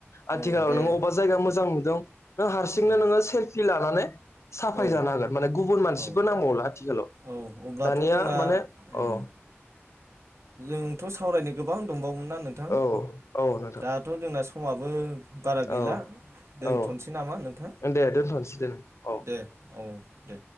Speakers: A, on the left; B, on the right.
A: आथिखालाव
B: औ दे
A: नों अबेबा जायगा मोजां
B: उम
A: नुदों नों हारसिंनो
B: उम
A: नोङो सेल्फि लानानै साफाय
B: औ
A: जानो हागोन माने गुबुन मानसि
B: औ
A: बो नांबावला आथिखालाव
B: औ अब्लाथ'
A: दानिया
B: जोंना
A: माने
B: उम
A: अ।
B: जोंथ' सावरायनो गोबां दंबावोमोनना नोंथां
A: औ औ नोंथां
B: दाथ' जोंना समाबो बारा गैला
A: औ
B: दोनथ'नोसै
A: औ
B: नामा नोंथां
A: दे दोनथ'नोसै दे औ
B: दे औ। दे